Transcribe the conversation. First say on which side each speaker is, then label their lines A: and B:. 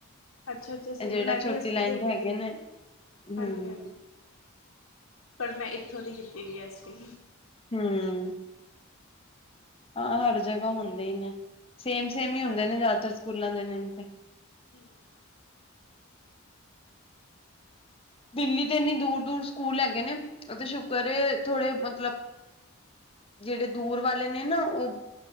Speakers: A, on the left; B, on the left.
A: ਅੱਛਾ-ਅੱਛਾ ਸੇਮ,
B: ਇਹ ਜਿਹੜਾ
A: ਮੈਂ ਵੀ
B: ਛੋਟੀ
A: ਐਸ
B: ਲਾਈਨ
A: ਤੋਂ ਹੀ ਕੀਤੀ
B: ਦੇ ਹੈਗੇ
A: ਸੀ।
B: ਨੇ ਹੂੰ
A: ਹਾਂਜੀ-ਹਾਂਜੀ। ਪਰ ਮੈਂ ਇੱਥੋਂ ਦੀ ਕੀਤੀ ਵੀ ਐਸਟੀ
B: ਹਮ ਹਾਂ ਹਰ ਜਗ੍ਹਾ ਹੁੰਦੇ ਹੀ ਨੇ ਸੇਮ ਸੇਮ
A: ਹਾਂਜੀ
B: ਹੀ ਹੁੰਦੇ ਨੇ ਜ਼ਿਆਦਾਤਰ ਸਕੂਲਾਂ ਦੇ ਨੇਮ ਤੇ।
A: ਹਮ
B: ਦਿੱਲੀ ਤੇ ਇੰਨੀ ਦੂਰ ਦੂਰ ਸਕੂਲ ਹੈਗੇ ਨੇ ਉਹ ਤੇ ਸ਼ੁਕਰ ਥੋੜੇ ਮਤਲਬ ਜਿਹੜੇ ਦੂਰ ਵਾਲੇ ਨੇ ਨਾ ਉਹ